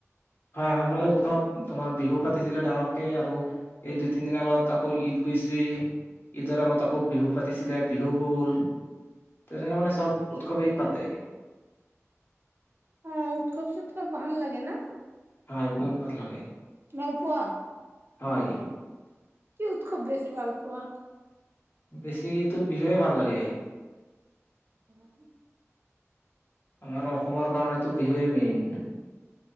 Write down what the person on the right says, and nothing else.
অ উৎসৱ সুৎসৱ ভাল লাগে ন।
ভালপোৱা।
কি উৎসৱ বেছি ভাল পোৱা।
উ।